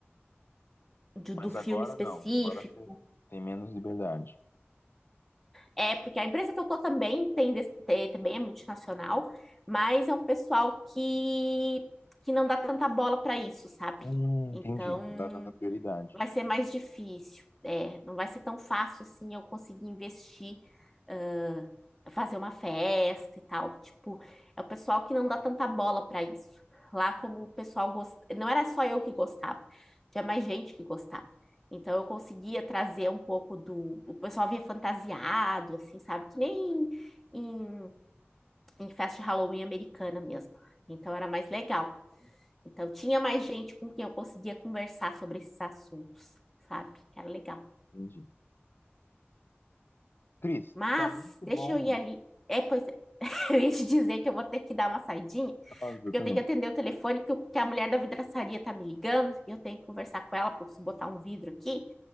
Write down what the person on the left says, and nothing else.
Mas
agora
não, agora você tem menos liberdade.
Hum,
entendi. Tá dando a prioridade.
Entendi. Cris,
tá muito
bom.
Nossa,
eu também.